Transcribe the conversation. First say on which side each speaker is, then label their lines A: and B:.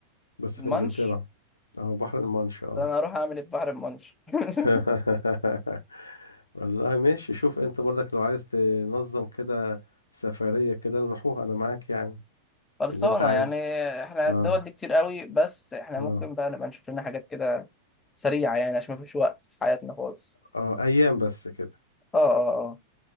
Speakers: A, on the left; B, on the left.
A: بس
B: المانش
A: في انجلترا اه بحر المانش اه
B: فأنا هروح أعمل إيه في بحر المانش
A: <laughs>
B: <laughs>
A: والله ماشي شوف انت برضك لو عايز تنظم كده سفرية كده نروحوها انا معاك يعني
B: خلصانة
A: اللي انت عايزه
B: يعني احنا
A: اه
B: الدول دي كتير قوي بس احنا
A: اه
B: ممكن بقى نبقى نشوف لنا حاجات كده سريعة يعني عشان مفيش وقت في حياتنا خالص
A: اه ايام بس كده
B: اه اه اه